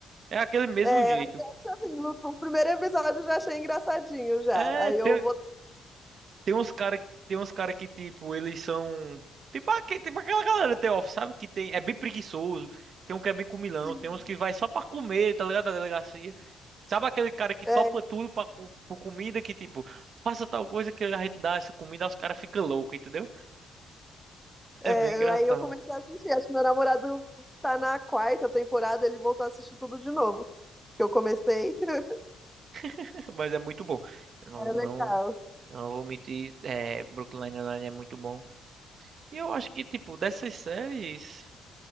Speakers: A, on the right (about 50°); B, in the centre.
A: É aquele mesmo
B: É,
A: jeito.
B: eu já- assim, no, no primeiro episódio eu já achei engraçadinho já.
A: É,
B: Aí eu
A: tem,
B: vou.
A: Tem uns cara, tem uns cara que, tipo, eles são. Tipo, aque- tipo aquela galera do The Office, sabe? Que tem. É bem preguiçoso. Tem um que é bem comilão.
B: Sim.
A: Tem uns que vai só pra comer, tá ligado? Da delegacia. Sabe aquele cara que
B: É,
A: topa tudo pra, co- por comida que, tipo, faça tal coisa que a gente dá essa comida, os caras ficam loucos, entendeu? É
B: é,
A: bem engraçado.
B: aí eu comecei a assistir. Acho que meu namorado tá na quarta temporada, ele voltou a assistir tudo de novo. Que eu comecei. <laughs>
A: <laughs> Mas é muito bom. Eu Não,
B: É
A: não,
B: legal.
A: não vou mentir. É, Brooklyn Nine-Nine é muito bom. E eu acho que, tipo, dessas séries